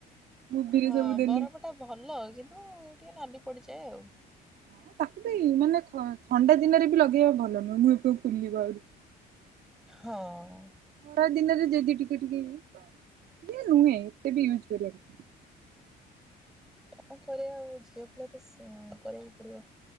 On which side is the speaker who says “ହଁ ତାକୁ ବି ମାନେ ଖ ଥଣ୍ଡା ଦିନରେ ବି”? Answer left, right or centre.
Right